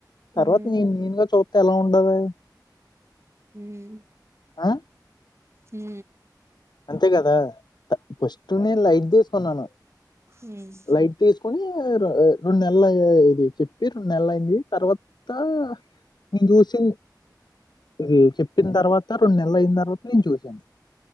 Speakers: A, on the left (about 70°); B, on the right (about 35°).
A: తర్వాత్
B: ఉమ్
A: నేను నేనుగా చూత్ ఎలా ఉండది
B: మ్మ్
A: ఆ
B: మ్
A: అంతే కదా ఫస్ట్ నేను లైట్ తీసుకున్నాను
B: ఉమ్
A: లైట్ తీసుకొని రెండు నెల్లయ్యే ఇది చెప్పి రెండు నెల్లయ్యింది తర్వాత నేను చూసి ఇది చెప్పిన తర్వాత రెండు నెలలయ్యిన తర్వాత నేను చూసాను